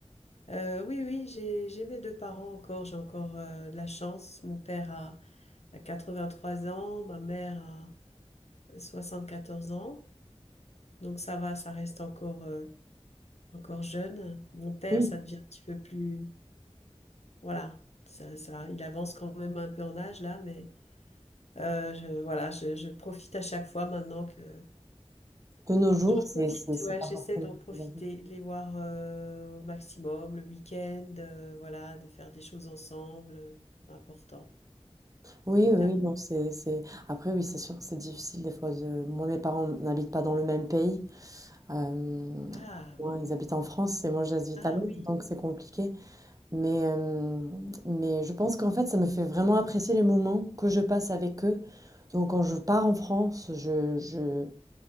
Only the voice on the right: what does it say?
Oui.
De nos jours,
c'est
c'est c'est
pas
forcément
très agréable.
Oui,
oui, oui, non, c'est c'est. Après, oui, c'est sûr, que c'est difficile des fois de. Moi, mes parents n'habitent pas dans le même pays. Euh,
moi,
ils habitent en France et moi, j'habite
à Londres,
donc c'est compliqué. Mais, euh, mais je pense qu'en fait, ça me fait vraiment apprécier les moments que je passe avec eux. Donc, quand je pars en France, je, je,